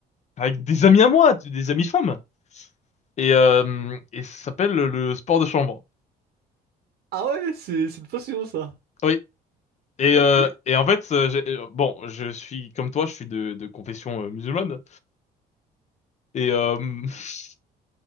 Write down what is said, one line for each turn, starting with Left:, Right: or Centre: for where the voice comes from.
Left: avec des amis à moi, tu- des amis femmes. Et, euh, et ça s'appelle le, le sport de chambre.
Right: Ah ouais, c'est c'est une passion, ça.
Left: Oui. Et,
Right: Ah,
Left: euh,
Right: Ok.
Left: et en fait, euh, j'ai- euh, bon, je suis comme toi, je suis de, de confession euh, musulmane. Et euh, <laughs>